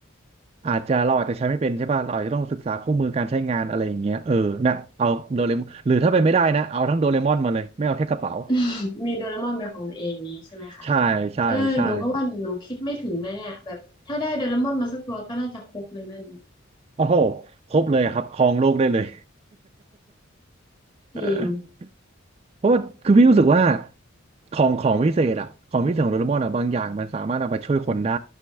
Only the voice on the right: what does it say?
อาจจะเราอาจจะใช้ไม่เป็นใช่ป่ะเราอาจจะต้องศึกษาคู่มือการใช้งานอะไรอย่างเงี้ยเออนะเอาโดเรมอนหรือถ้าเป็นไม่ได้นะเอาทั้งโดเรมอนมาเลยไม่เอาแค่กระเป๋า
<laughs> ใช่ใช่ใช่
โอ้โหครบเลยครับครองโลกได้เลย <laughs>
เพราะว่าคือพี่รู้สึกว่าของของวิเศษอะของวิเศษของโดเรมอนอะบางอย่างมันสามารถนำไปช่วยคนได้